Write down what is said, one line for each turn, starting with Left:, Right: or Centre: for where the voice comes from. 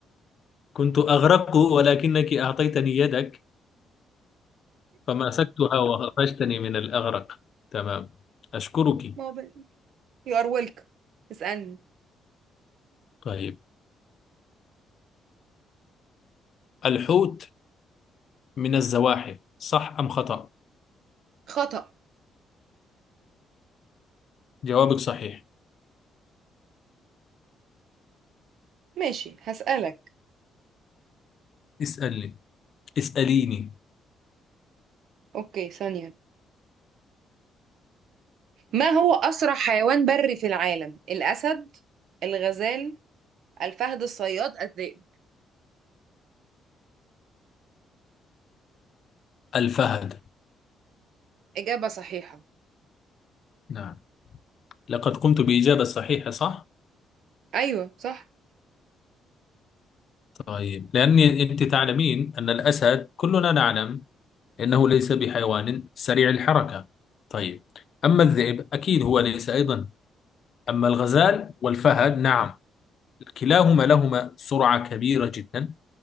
Left: كنت أغرق ولكنك أعطيتني يدك فمسكتها وخرجتني من الأغرق تمام أشكرك
Right: ما هو بقى- you are welcome اسألني
Left: طيب الحوت من الزواحف صح أم خطأ؟
Right: خطأ
Left: جوابك صحيح
Right: ماشي هسألك
Left: اسألني اسأليني
Right: أوكي ثانية ما هو أسرع حيوان بري في العالم الأسد الغزال الفهد الصياد الذئب
Left: الفهد
Right: إجابة صحيحة
Left: نعم لقد قمت بإجابة صحيحة صح؟
Right: أيوة صح
Left: طيب لأني أنت تعلمين أن الأسد كلنا نعلم أنه ليس بحيوان سريع الحركة طيب أما الذئب أكيد هو ليس أيضا أما الغزال والفهد نعم كلاهما لهما سرعة كبيرة جدا